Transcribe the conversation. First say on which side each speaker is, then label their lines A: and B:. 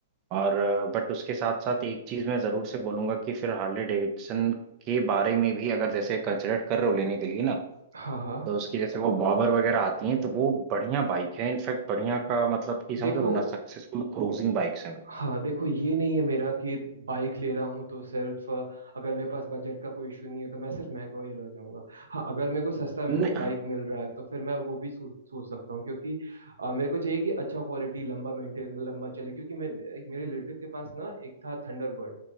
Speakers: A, on the right; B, on the right.
A: और बट उसके साथ साथ एक चीज मैं जरूर से बोलूंगा कि फिर हार्ले डेविडसन के बारे में भी अगर जैसे कंसिडर कर रहे हो लेने के लिए ना
B: हाँ हाँ
A: तो उसकी जैसे वो बाबर वगैरह आती हैं तो वो बढ़िया बाइक है इनफैक्ट बढ़िया का मतलब कि समझ
B: देखो
A: रहे हो ना सक्सेसफुल क्रूजिंग बाइक्स हैं वो।
B: हाँ देखो ये नहीं है मेरा कि बाइक ले रहा हूँ तो सिर्फ अ, अगर मेरे पास बजट का कोई इशू नहीं है तो मैं सिर्फ महंगा ही ले जाऊंगा हाँ अगर मेरे को सस्ता में
A: नहीं
B: कोई बाइक मिल रहा है तो फिर मैं वो भी सोच सोच सकता हूँ क्योंकि अ, मेरे को चाहिए कि अच्छा क्वालिटी लंबा मेंटेन लंबा चले क्योंकि मैं मेरे रिलेटिव के पास ना एक था थंडरबर्ड